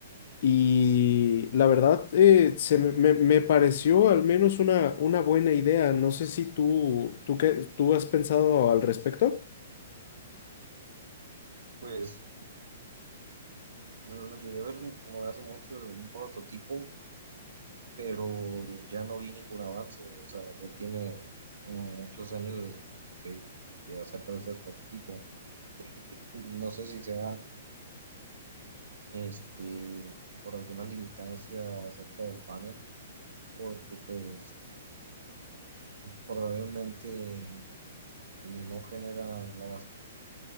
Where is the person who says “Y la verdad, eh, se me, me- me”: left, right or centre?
Left